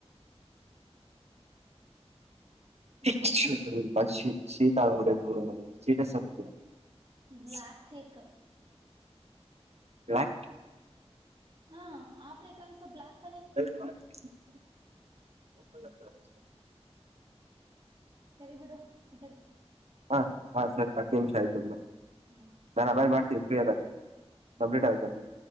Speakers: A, on the right (about 70°); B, on the right (about 40°).
A: <inaudible>
B: ಗೊತ್ತಿಲ್ವಾ
A: <inaudible>
B: ಬ್ಲ್ಯಾಕ್ ಕೇಕ್
A: ಬ್ಲ್ಯಾಕ್
B: ಹ ಆಫ್ರಿಕನ್ಸ್ ಬ್ಲಯಾಕ್
A: <unintelligible>
B: ಸರಿ ಬಿಡು ಆತಗಿ
A: ಹಾ ಹಾ ಸರಿ ಹತ್ತು ನಿಮಿಷ ಆಯ್ತು ಬ್ರೋ
B: ಹ್ಮ್
A: ಬೈ ನಾನ್ ಮಾಡ್ತೀನಿ ಫ್ರೀ ಆದಾಗ ಕಂಪ್ಲೀಟ್
B: ಓಕೆ
A: ಆಗುತ್ತೆ